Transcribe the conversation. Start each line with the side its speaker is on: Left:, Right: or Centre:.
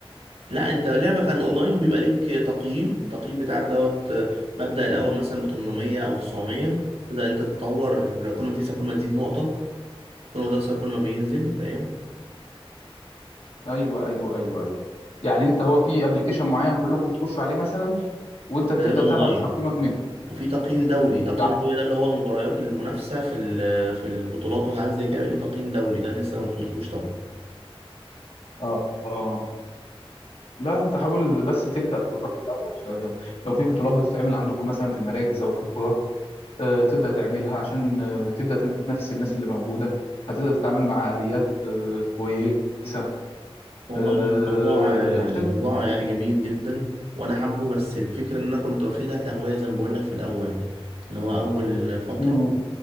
Right: لا انت لعبة كان اونلاين بيبقى ليك تقييم التقييم بتاعك دوت مبدأ الاول مثلا ب 800 او 900 تبدأ انت تتطور لو كل ما تكسب كل ما تزيد نقطك كل ما تخسر كل ما بينزل فاهم
Left: ايوه ايوه ايوه ايوه يعني انت هو في ابلكيشن معين كلكم بتخشوا عليه مثلا وانت بتبدا
Right: ده, ده الاونلاين
Left: تعرف تقييمك منه
Right: وفي تقييم دولي تقييم
Left: ده
Right: الدولي ده اللي هو المباريات المنافسة في ال- في البطولات وحاجات زي كده ليه تقييم دولي ده لسه ما وصلتلوش
Left: اه اه لا انت حاول بس تبدا بالراي الاول ف- لو في بطولات بتتعمل عندكم مثلا في المراكز او في القرى آه، تبدا تعملها عشان آه، تبدا تنافس الناس اللي موجوده هتبدا
Right: طبعا
Left: تتعامل مع اليات آه، كويسه
Right: والله
Left: آه،
Right: الموضوع الموضوع
Left: عشان
Right: يعني جميل جدا وانا حابه بس الفكره ان انا كنت واخدها كهوايه زي ما بقول لك في الاول اللي هو اول فتره
Left: مم.